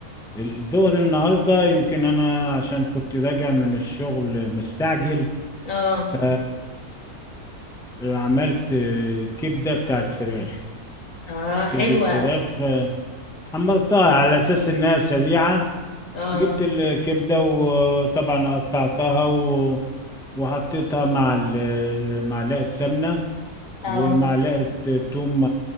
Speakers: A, in the centre; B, on the left (about 60°).
A: الدور النهارده يمكن انا عشان كنت راجع من الشغل مستعجل
B: اه
A: ف عملت كبده بتاعت فراخ
B: اه حلوة
A: كبده فراخ حمرتها على اساس انها سريعه
B: اه
A: جبت الكبده وطبعا قطعتها و... وحطيتها مع ال- معلقه سمنه
B: اه
A: ومعلقه توم